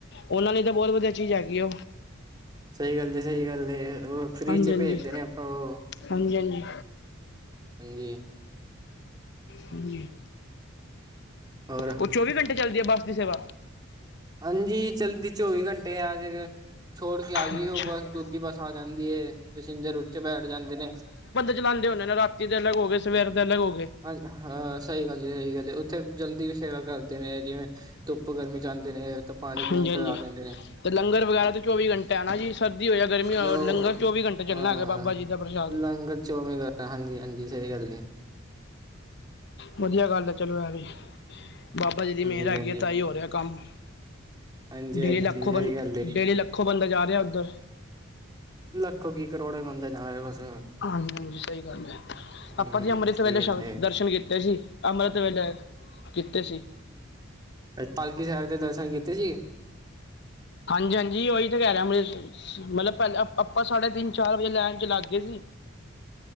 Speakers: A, on the left; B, on the right.
A: ਉਹਨਾਂ ਲਈ ਤਾਂ ਬਹੁਤ ਵਧੀਆ ਚੀਜ਼ ਹੈਗੀ ਏ।
B: ਸਹੀ ਗੱਲ ਸਹੀ ਗੱਲ, ਉਹ ਫਰੀ
A: ਹਾਂਜੀ-ਹਾਂਜੀ,
B: 'ਚ ਭੇਜਦੇ ਨੇ ਆਪਾਂ ਉਹ
A: ਹਾਂਜੀ ਹਾਂਜੀ।
B: ਹਾਂਜੀ।
A: ਹਾਂਜੀ।
B: ਹੋਰ
A: ਉਹ ਚੌਵੀ ਘੰਟੇ ਚੱਲਦੀ ਹੈ ਬੱਸ ਦੀ ਸੇਵਾ
B: ਹਾਂਜੀ ਚਲਦੀ ਚੌਵੀ ਘੰਟੇ ਆ ਜੇ ਛੋੜ ਕੇ ਆ ਗਈ
A: ਅੱਛਾ-ਅੱਛਾ।
B: ਉਹ ਬਸ ਦੂਜੀ ਬੱਸ ਆ ਜਾਂਦੀ ਹੈ ਪੈਸਿੰਜਰ ਉਚੇ ਬੈਠ ਜਾਂਦੇ ਨੇ
A: ਚਲਾਉਦੇ ਹੁੰਦੇ ਨੇ ਰਾਤੀ ਦੇ ਅਲਗ ਹੋ ਗਏ ਸਵੇਰ ਦੇ ਅਲਗ ਹੋ ਗਏ
B: ਹਾਂ ਹਾਂ ਸਹੀ ਗੱਲ ਹੈ ਸਹੀ ਗੱਲ ਹੈ ਉੱਥੇ ਜਲਦੀ ਵੀ ਸੇਵਾ ਕਰਦੇ ਨੇ ਜਿਵੇਂ ਧੁੱਪ ਗਰਮੀ ਚ ਆਂ ਨੇ ਤਾਂ ਪਾਣੀ
A: ਹਾਂਜੀ
B: ਪੂਣੀ
A: ਹਾਂਜੀ
B: ਪਿਲਾ ਦਿੰਦੇ ਨੇ
A: ਤੇ ਲੰਗਰ ਵਗੈਰਾ ਤੇ ਚੌਵੀ ਘੰਟੇ ਹੈ ਨਾ ਜੀ ਸਰਦੀ ਹੋਵੇ ਜਾਂ ਗਰਮੀ ਹੋ
B: ਲੋ
A: ਲੰਗਰ ਚੌਵੀ ਘੰਟੇ ਚੱਲਣਾ
B: ਹਾਂ
A: ਹੈਗਾ ਬਾਬਾ ਜੀ ਦਾ ਪ੍ਰਸ਼ਾਦ
B: ਲੰਗਰ ਚੋਂਵੀ ਘੰਟੇ ਹਾਂਜੀ ਹਾਂਜੀ ਸਹੀ ਗੱਲ
A: ਵਧੀਆ ਗੱਲ ਤਾਂ ਚਲੋ ਐ ਵੀ ਬਾਬਾ ਜਦੀ ਮਿਹਰ
B: ਹਾਂਜੀ
A: ਹੈਗੀ
B: ਹਾਂਜੀ।
A: ਆ ਤਾਂ ਹੀ ਹੋ ਰਿਹਾ ਕੰਮ
B: ਹਾਂਜੀ
A: ਡੇਲੀ
B: ਹਾਂਜੀ
A: ਲੱਖੋਂ
B: ਸਹੀ
A: ਬੰ
B: ਗੱਲ ਜੀ।
A: ਡੇਲੀ ਲੱਖੋਂ ਬੰਦਾ ਜਾ ਰਿਹਾ ਉੱਧਰ
B: ਲੱਖੋ ਕੀ ਕਰੋੜ ਬੰਦੇ ਜਾ ਰਿਹਾ ਬਸ
A: ਹਾਂਜੀ ਹਾਂਜੀ ਸਹੀ ਗੱਲ ਹੈ।
B: ਹੂੰ
A: ਆਪਾਂ ਜੀ ਅੰਮ੍ਰਿਤ ਵੇਲੇ
B: ਸਹੀ ਗੱਲ
A: ਸ਼
B: ਏ।
A: ਦਰਸ਼ਨ ਕੀਤੇ ਸੀ ਅੰਮ੍ਰਿਤ ਵੇਲੇ ਕੀਤੇ ਸੀ।
B: ਪਲਕੀ ਸਾਹਿਬ ਦੇ ਦਰਸ਼ਨ ਕੀਤੇ ਸੀ।
A: ਹਾਂਜੀ ਹਾਂਜੀ ਉਹੀ ਤਾਂ ਕਹਿ ਰਿਹਾ ਅੰਮ੍ਰਿਤਸਰ ਮਤਲਬ ਪਹਿਲਾਂ ਆਪਾਂ ਸਾਢੇ ਤਿੰਨ ਚਾਰ ਵਜੇ ਲੈਣ ਚ ਲੱਗ ਗਏ ਸੀ।